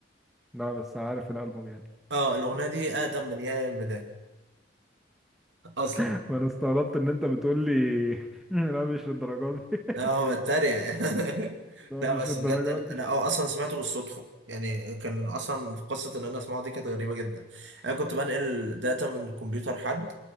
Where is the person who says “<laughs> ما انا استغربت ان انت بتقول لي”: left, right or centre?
Centre